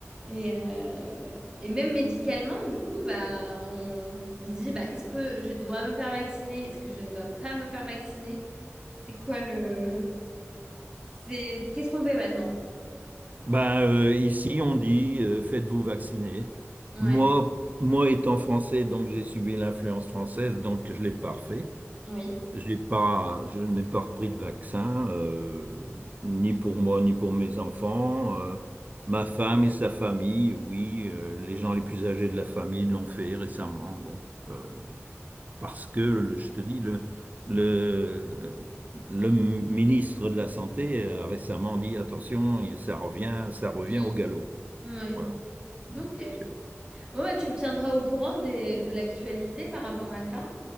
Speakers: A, on the right; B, on the right.
A: Et, euh, et même médicalement, du coup, bah, on, on se dit, bah, est-ce que je dois me faire vacciner? Est-ce que je ne dois pas me faire vacciner? C'est quoi le... C'est, qu'est-ce qu'on fait maintenant?
B: Ben, euh, ici, on dit euh, faites-vous vacciner.
A: Ouais,
B: Moi, moi étant français, donc j'ai subi l'influence française, donc je l'ai pas refait.
A: oui.
B: J'ai pas, je n'ai pas repris de vaccin, euh, ni pour moi, ni pour mes enfants. Euh, ma femme et sa famille, oui, euh, les gens les plus âgés de la famille l'ont fait récemment. Bon, euh, parce que le- je te dis, le, le, le ministre de la Santé a récemment dit, attention, ça revient, ça revient
A: Mm.
B: au galop.
A: Oui.
B: Voilà. Donc,
A: Ok.
B: euh,
A: Bon, bah, tu me tiendras au courant des, de l'actualité par rapport à ça.